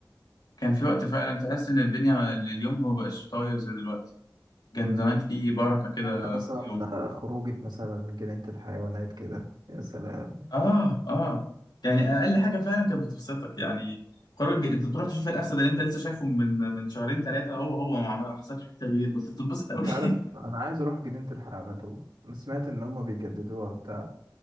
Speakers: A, on the left; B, on the right.
A: كان في وقت فعلا تحس إن الدنيا اليوم ما بقاش طاير زي دلوقتي كان
B: مم.
A: زمان في بركة كده
B: ولا مثلا
A: في اليوم
B: خروجة مثلا جنينة الحيوانات كده يا سلام
A: اه اه يعني اقل حاجه فعلا كانت بتبسطك يعني قرار الج- انت تروح تشوف الاسد اللي انت لسه شايفه من من شهرين ثلاثه هو هو ما عمل- ما حصلش فيه تغيير بس بتتبسط قوي
B: انت
A: <laughs>
B: عارف انا عايز اروح جنينة الحيوانات والله انا سمعت ان هما بيجددوها وبتاع